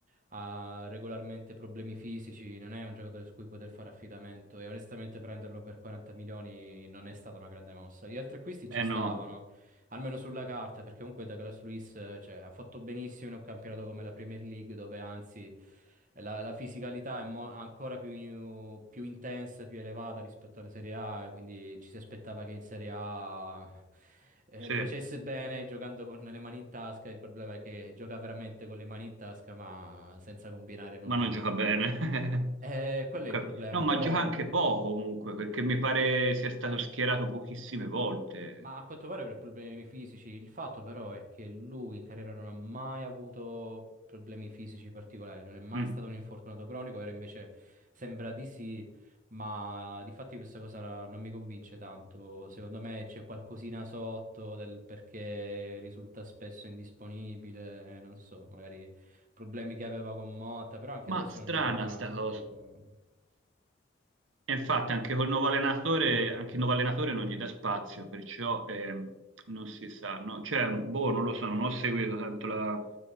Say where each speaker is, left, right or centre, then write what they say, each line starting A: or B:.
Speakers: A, on the right (about 45°); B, on the right (about 80°).
A: ha regolarmente problemi fisici, non è un giocatore su cui poter fare affidamento e onestamente prenderlo per 40 milioni non è stata una grande mossa. Gli altri acquisti ci
B: Eh
A: stavano,
B: no,
A: Almeno sulla carta, perché comunque Douglas Luiz, eh, cioè, ha fatto benissimo in un campionato come la Premier League, dove anzi la, la fisicalità è mo- ancora più, più intensa, più elevata rispetto alla Serie A, e quindi ci si aspettava che in Serie A eh,
B: sì,
A: facesse bene giocando con le mani in tasca. Il problema è che gioca veramente con le mani in tasca, ma senza combinare nulla.
B: ma non gioca bene.
A: Eh, quello
B: <laughs> Ho cap-
A: è il problema,
B: No, ma
A: però.
B: gioca anche poco comunque, perché mi pare sia stato schierato pochissime volte.
A: Ma a quanto pare per problemi fisici, il fatto però è che lui in carriera non ha mai avuto problemi fisici particolari, non è mai
B: Mm.
A: stato un infortunato cronico, era invece sembra di sì, ma di fatti questa cosa non mi convince tanto. Secondo me c'è qualcosina sotto del perché risulta spesso indisponibile, non so, magari problemi che aveva con Motta, però anche adesso
B: Ma strana
A: non gioca tanto.
B: sta cosa. E infatti anche col nuovo allenatore,
A: Mm.
B: anche il nuovo allenatore non gli dà spazio, perciò ehm, non si sa. no? Cioè, boh, non lo so, non ho seguito tanto la,